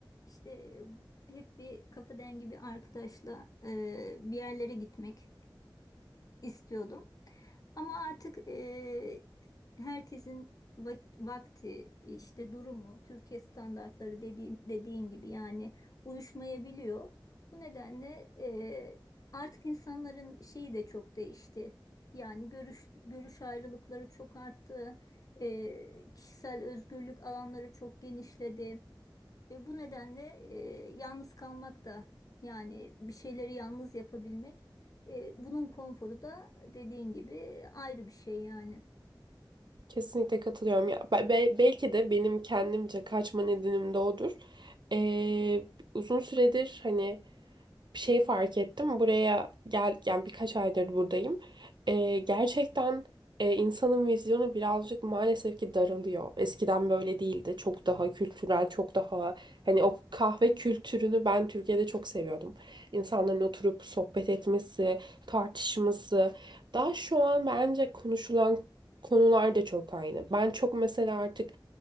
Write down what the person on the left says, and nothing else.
işte hep bir kafa dengi bir arkadaşla e, bir yerlere gitmek istiyordum. Ama artık eee, herkesin vak- vakti, işte durumu, Türkiye standartları dediğin, dediğin gibi yani uyuşmayabiliyor. Bu nedenle eee, artık insanların şeyi de çok değişti. Yani görüş görüş ayrılıkları çok arttı. Eee, kişisel özgürlük alanları çok genişledi. Ve bu nedenle e, yalnız kalmak da yani bir şeyleri yalnız yapabilmek e, bunun konforu da dediğin gibi ayrı bir şey yani.